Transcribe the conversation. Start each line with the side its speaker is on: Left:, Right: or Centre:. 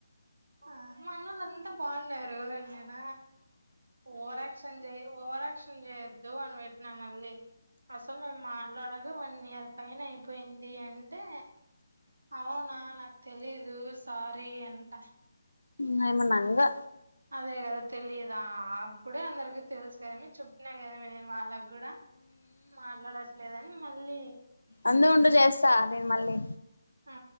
Right: అ మనోళ్లంతా బాగున్నారు నాన్న ఓవరాక్షన్ చేయకు నువ్వు ఓవరాక్షన్ చేయొద్దు అని పెట్నా మళ్ళీ అసలు నువ్వు మాట్లాడ డోద్దు వన్ ఇయర్ పైన అయిపోయింది అంటే అవునా నాకు తెలీదు సారీ అంట
Left: నేమనంగా
Right: అదే కదా తెలియదా అప్పుడే అందరికి తెలుసు గానీ చెప్పినా కదా నేను వాళ్ళకు కూడా మాట్లాడట్లేదని మళ్ళీ
Left: అందు ఉండు చేస్తా నేను మళ్ళీ
Right: ఆ